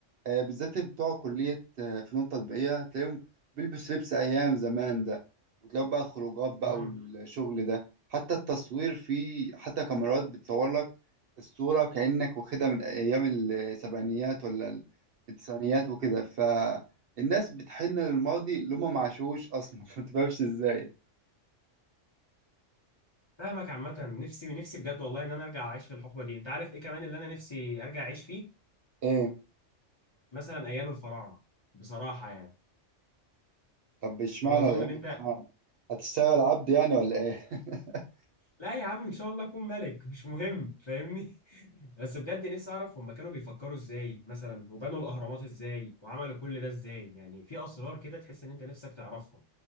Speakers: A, on the right (about 60°); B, on the left (about 30°).
A: آه، بالذات بتوع كلية آه، فنون تطبيقية تلاقيهم بيلبس لبس أيام زمان ده وتلاقوا بقى خروجات بقى
B: مم.
A: والشغل ده حتى التصوير فيه حتى كاميرات بتصور لك الصورة كأنك واخدها من أيام السبعينيات ولا التسعينيات وكده فالناس بتحن للماضي اللي هما معاشوش أصلا <laughs> ما تفهمش إزاي
B: فاهمك عامة نفسي نفسي بجد والله ان انا ارجع اعيش في الحقبة دي انت عارف ايه كمان اللي انا نفسي ارجع اعيش فيه
A: إيه
B: مثلا ايام الفراعنة بصراحة يعني
A: طب اشمعنى
B: واظن
A: الأيام
B: ان انت
A: الفراعنة هتشتغل عبد يعني ولا إيه؟ <laughs>
B: لا يا عم ان شاء الله اكون ملك مش مهم فاهمني <laughs> بس بجد نفسي اعرف هم كانوا بيفكروا ازاي مثلا وبنوا الاهرامات ازاي وعملوا كل ده ازاي يعني في اسرار كده تحس ان انت نفسك تعرفها